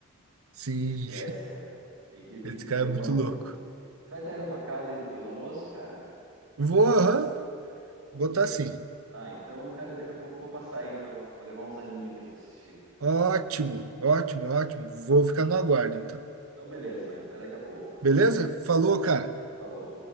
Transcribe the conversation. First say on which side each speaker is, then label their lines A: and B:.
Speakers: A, on the right; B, on the right.
A: sim,
B: esquece, cara. Tem que, tem
A: esse
B: que prender
A: cara é muito
B: o maluco.
A: louco,
B: Você vai estar aí na tua casa aí depois do almoço, cara?
A: vou, aham, vou estar sim,
B: Ah, então, cara, daqui a pouco eu vou passar aí, então. Vou levar uns anime aí pra gente assistir.
A: ótimo, ótimo, ótimo, vou ficar no aguardo, então,
B: Então, beleza, man. Até daqui a pouco.
A: beleza? Falou, cara.
B: Falou.